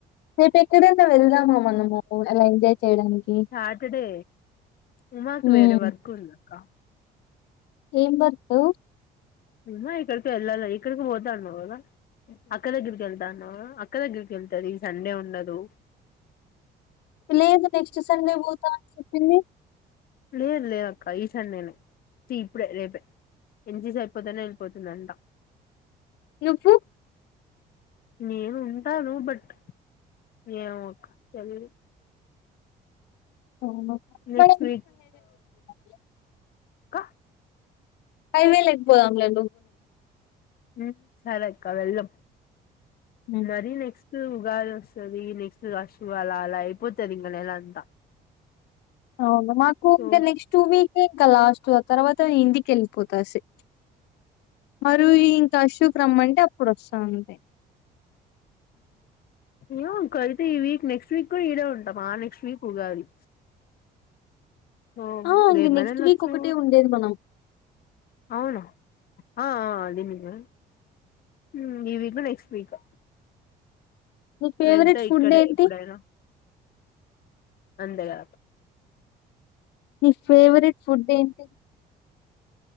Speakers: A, on the left; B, on the left.
A: రేపు ఎక్కడైనా వెళ్దామా మనము అలా ఎంజాయ్ చేయడానికి
B: సాటర్డే ఉమాకి
A: హ్మ్.
B: వేరే వర్క్ ఉంది అక్క
A: ఏం వర్కు
B: ఉమా ఎక్కడికో వెళ్ళాలి ఎక్కడికో పోతా అన్నావు కదా అక్క దగ్గరికి వెళ్తా అన్నావా అక్క దగ్గరికి వెళ్తారు ఈ సండే ఉండదు
A: లేదు నెక్స్ట్ సండే పోతా అని ఏంది
B: లేదు లేదక్క ఈ సండే నే ఇప్పుడే రేపే ఎంజీస్ అయిపోతేనే వెళ్ళిపోతుందంట
A: నువ్వు
B: నేను ఉంటాను బట్ ఏమో అక్క తెలిదు
A: అవునా
B: నెక్స్ట్
A: మరి <unintelligible>
B: క
A: హైవేలేకి పోదాం లే
B: ఉమ్ సరే అక్క ఆ వెళ్దాం
A: హ్మ్.
B: మరీ నెక్స్ట్ ఉమ్ ఉగాది వస్తది నెక్స్ట్ అశ్వలా అలా అయిపోతాది నెల అంతా
A: అవును మాకు
B: సో
A: ఇంకా నెక్స్ట్ టూ వీక్ ఇంకా లాస్ట్ తర్వాత నేను ఇంటికి వెళ్ళిపోతా స మరి ఈ ఇంకా అశోకు రమ్మ అంటే అప్పుడు వస్తా అంతే
B: ఉహూ ఇంకయితే ఈ వీక్ నెక్స్ట్ వీక్ కూడా ఈడే ఉంటామా నెక్స్ట్ వీక్ ఉగాది సో
A: ఆ ఇంగ
B: రేపైనా
A: నెక్స్ట్
B: వెళ్ళొచ్చు
A: వీక్ ఒకటే ఉండేది మనం
B: అవునా ఆ ఆ అది ఆ మ్ ఇవి నెక్స్ట్ వీక్
A: మీ ఫేవ్రెట్
B: వెళ్తే
A: ఫుడ్
B: ఇక్కడే
A: ఏంటి
B: ఎప్పుడైనా అంతే కదబ్బ
A: నీ ఫేవ్రెట్ ఫుడ్ ఏం <inaudible>